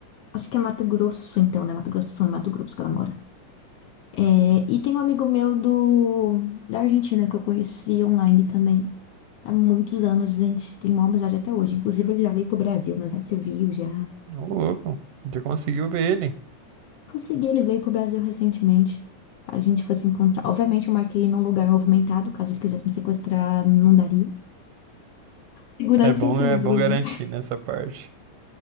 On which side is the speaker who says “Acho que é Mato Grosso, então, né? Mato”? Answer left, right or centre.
Left